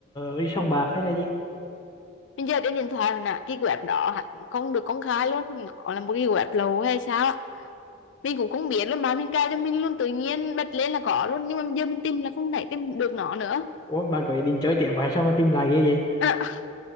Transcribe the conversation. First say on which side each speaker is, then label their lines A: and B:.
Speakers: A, on the left; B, on the left.
A: ở sòng bạc hay là gì
B: mình giờ trên điện thoại là cái web đó hẳn không được công khai luôn nó là một cái web lậu hay sao mình cũng không biết luôn bạn mình cài cho mình luôn tự nhiên bật lên là có luôn nhưng mà giờ mình tìm là không thể tìm được nó nữa
A: ủa bạn có ý định chơi tiếp vậy sao mà tìm lại ghê vậy
B: <laughs>